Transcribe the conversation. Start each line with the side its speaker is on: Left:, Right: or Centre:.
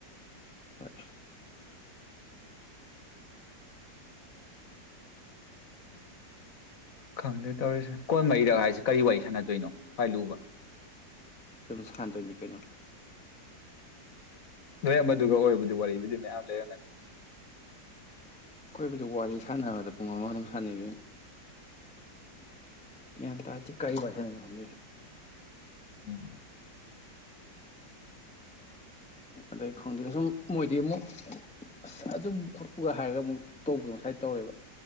Centre: ꯍꯣꯏ
Left: ꯈꯪꯗꯦ ꯇꯧꯔꯤꯁꯦ ꯀꯣꯟ ꯃꯔꯤꯔꯛ ꯍꯥꯏꯁꯦ ꯀꯔꯤ ꯋꯥꯔꯤ ꯁꯥꯟꯅꯗꯣꯏꯅꯣ ꯈ꯭ꯋꯥꯏ ꯂꯨꯕ
Centre: ꯑꯗꯨꯝ ꯁꯥꯟꯗꯣꯏꯅꯤ ꯀꯩꯅꯣ
Left: ꯅꯣꯏ ꯑꯃꯗꯨꯒ ꯑꯣꯏꯕꯨꯗꯤ ꯋꯥꯔꯤꯕꯨꯗꯤ ꯃꯌꯥꯝ ꯂꯩꯔꯝꯒꯅꯤ
Centre: ꯑꯩꯈꯣꯏꯕꯨꯗꯤ ꯋꯥꯔꯤ ꯁꯥꯟꯅꯕꯗ ꯄꯨꯡ ꯑꯃ ꯑꯗꯨꯝ ꯁꯥꯟꯅꯩ ꯏꯕꯦꯝꯃ ꯒ꯭ꯌꯥꯟ ꯇꯥꯗꯦ ꯀꯔꯤ ꯋꯥꯔꯤ ꯁꯥꯟꯅꯩꯅꯣ ꯈꯪꯗꯦ
Left: ꯎꯝ
Centre: ꯑꯗꯩ ꯈꯪꯗꯦ ꯁꯨꯝ ꯃꯣꯏꯗꯤ ꯑꯃꯨꯛ ꯑꯁ ꯑꯗꯨꯝ ꯈꯣꯠꯄꯨꯒ ꯍꯥꯏꯔꯒ ꯑꯃꯨꯛ ꯇꯧꯕꯤꯌꯨ ꯉꯁꯥꯏ ꯇꯧꯔꯦꯕ